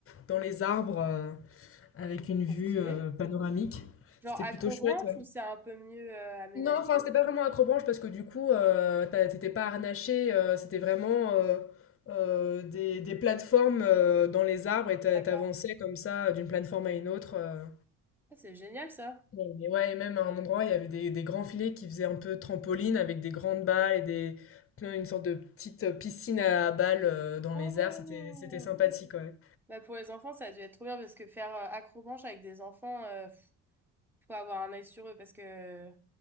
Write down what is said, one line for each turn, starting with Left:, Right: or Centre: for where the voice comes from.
Left: dans les arbres euh, avec une vue
Centre: trop stylé.
Left: euh, panoramique.
Centre: Genre
Left: C'était
Centre: accrobranche
Left: plutôt chouette. ouais.
Centre: ou c'est un peu mieux euh, aménagé?
Left: Non, enfin c'était pas vraiment accrobranche parce que du coup euh, t'as- t'étais pas harnaché, euh, c'était vraiment euh, euh, des, des plateformes euh, dans les arbres et t'a-
Centre: D'accord.
Left: t'avançais comme ça d'une plateforme à une autre. euh.
Centre: Ah, C'est génial ça.
Left: Et ouais et même à un endroit, il y avait des des grands filets qui faisaient un peu trampoline avec des grandes balles et des plein une sorte de petite piscine à balles, heu, dans
Centre: Oh!
Left: les airs, c'était c'était sympathique, ouais.
Centre: Bah, pour les enfants, ça a dû être trop bien parce que faire euh, accrobranche avec des enfants, euh, pff, faut avoir un œil sur eux parce que